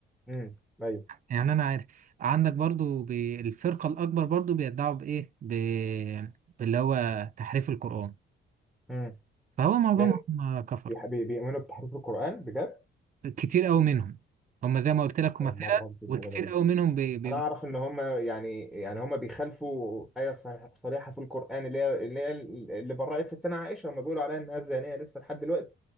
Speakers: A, in the centre; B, on the right.
A: امم ايوه
B: يعني انا عارف عندك برضو بالفرقة الاكبر برضو بيدعوا بايه ب... باللي هو تحريف القرآن
A: امم
B: فهو معظمهم
A: لا
B: كفر
A: بيح- بي- بيؤمنوا بتحريف القران بجد
B: كتير قوي منهم هم زي ما قلت لك
A: اول
B: هم فرق
A: مره اعرف المعلومه
B: وكتير
A: دي
B: قوي منهم بي... بي...
A: انا اعرف ان هم يعني يعني هم بيخالفوا ايه صح- صريحه في القران اللي هي اللي هي اللي برأت ستنا عائشه هم بيقولوا عليها انها زانيه لسه لحد دلوقتي